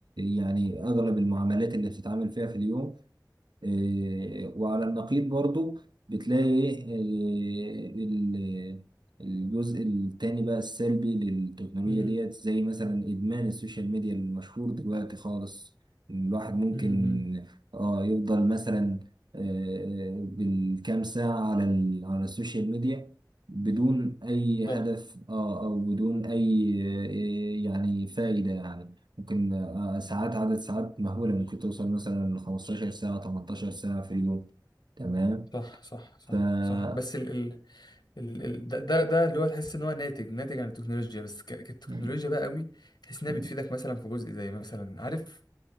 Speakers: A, on the right; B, on the left.
A: يعني اغلب المعاملات اللي بتتعامل فيها في اليوم إيه، وعلى النقيض برضو بتلاقي إيه، آه، ال- الجزء التاني بقى السلبي للتكنولوجيا
B: مم.
A: ديت زي مثلا إدمان السوشيال ميديا المشهور دلوقتي خالص الواحد ممكن
B: مم. مم.
A: اه يفضل مثلا آه، آه، بالكام ساعة على ال- على السوشيال ميديا بدون أي
B: صح
A: هدف اه أو بدون أي آه، يعني فائدة يعني ممكن ساعات عدد ساعات مهولة ممكن توصل مثلا ل 15 ساعة 18 ساعة في اليوم تمام
B: صح صح صح
A: ف مم.
B: صح بس ال... ال... ده ده ده اللي هو تحس ان هو ناتج ناتج عن التكنولوجيا بس ك... كتكنولوجيا
A: مم.
B: بقى قوي تحس انها
A: مم.
B: بتفيدك مثلا في جزء زي مثلا عارف